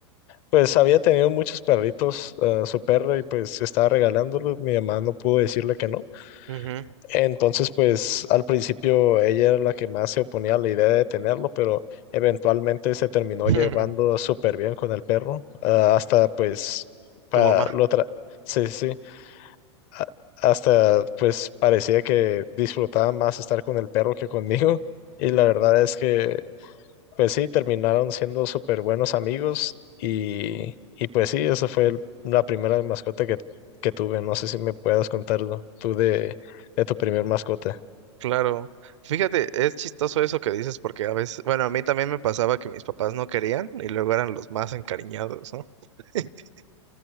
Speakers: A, on the left; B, on the right.
A: Pues había tenido muchos perritos, ah, su perro, y pues estaba regalándolo. Mi mamá no pudo decirle que no.
B: ujú.
A: Entonces, pues al principio ella era la que más se oponía a la idea de tenerlo, pero eventualmente se terminó
B: <laughs>
A: llevando súper bien con el perro. ah, hasta pues, pa,
B: Tu mamá.
A: lo tra- sí, sí, a- hasta pues parecía que disfrutaba más estar con el perro que conmigo. Y la verdad es que pues sí, terminaron siendo súper buenos amigos y, y pues sí, esa fue el- la primera mascota que, que tuve. No sé si me puedas contarlo tú de, de tu primer mascota.
B: Claro, fíjate, es chistoso eso que dices porque a veces, bueno, a mí también me pasaba que mis papás no querían y luego eran los más encariñados, ¿no? <laughs>